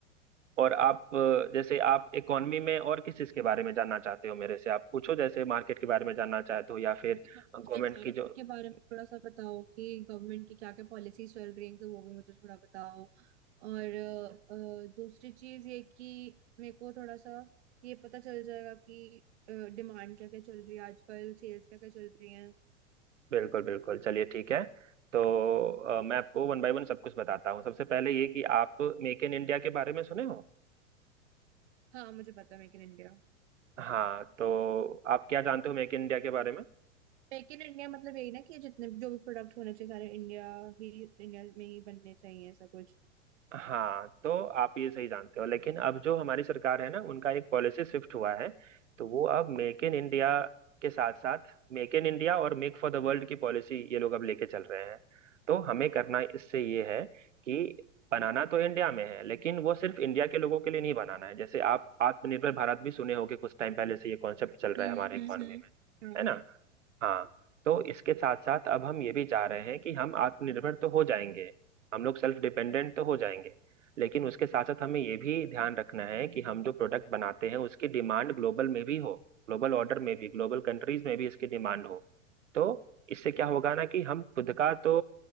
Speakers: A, on the right (about 75°); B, on the right (about 60°).
A: और आप अ, जैसे आप इकोनॉमी में और किस चीज के बारे में जानना चाहते हो मेरे से आप पूछो जैसे मार्केट के बारे में जानना चाहते हो या फिर
B: तो म-
A: गवर्नमेंट
B: मुझे मार्केट
A: की जो
B: के बारे में थोड़ा सा बताओ कि गवर्नमेंट की क्या क्या पॉलिसीज चल रही हैं तो वो भी मुझे थोड़ा बताओ और अ, अ, दूसरी चीज ये कि मेरे को थोड़ा सा ये पता चल जाएगा कि डिमांड क्या क्या चल रही है आजकल सेल्स क्या क्या चल रही है
A: बिल्कुल बिल्कुल चलिए ठीक है तो अ, मैं आपको वन बाय वन सब कुछ बताता हूँ सबसे पहले ये कि आप मेक इन इंडिया के बारे में सुने हो
B: हाँ मुझे पता है make in India
A: हाँ तो आप क्या जानते हो मेक इन इंडिया के बारे में
B: Make in India मतलब यही ना कि जितने जो भी प्रोडक्ट होने चाहिए सारे इंडिया ही इंडिया में ही बनने चाहिए ऐसा कुछ
A: हाँ तो आप ये सही जानते हो लेकिन अब जो हमारी सरकार है ना उनका एक पॉलिसी शिफ्ट हुआ है तो वो अब मेक इन इंडिया के साथ साथ मेक इन इंडिया और मेक फॉर द वर्ल्ड की पॉलिसी ये लोग अब लेके चल रहे हैं तो हमें करना इससे ये है कि बनाना तो इंडिया में है लेकिन वो सिर्फ इंडिया के लोगों के लिए नहीं बनाना है जैसे आप आत्मनिर्भर भारत भी सुने होंगे कुछ टाइम पहले से ये कॉन्सेप्ट चल रहा
B: हम्म
A: है हमारे
B: हम्म
A: इकोनॉमी में
B: हम्म,
A: है ना हाँ तो इसके साथ साथ अब हम ये भी चाह रहे हैं कि हम आत्मनिर्भर तो हो जाएंगे हम लोग सेल्फ डिपेंडेंट तो हो जाएंगे लेकिन उसके साथ साथ हमें ये भी ध्यान रखना है कि हम जो प्रोडक्ट बनाते हैं उसकी डिमांड ग्लोबल में भी हो ग्लोबल ऑर्डर में भी ग्लोबल कंट्रीज में भी इसकी डिमांड हो तो इससे क्या होगा ना कि हम खुद का तो